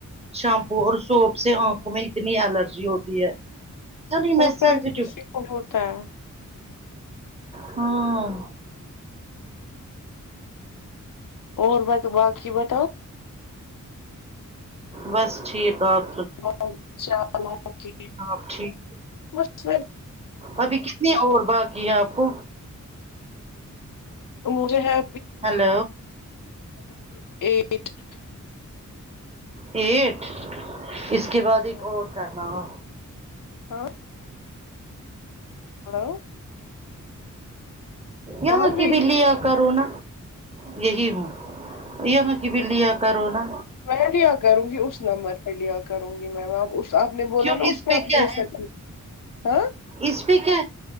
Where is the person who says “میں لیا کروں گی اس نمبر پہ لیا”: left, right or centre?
Left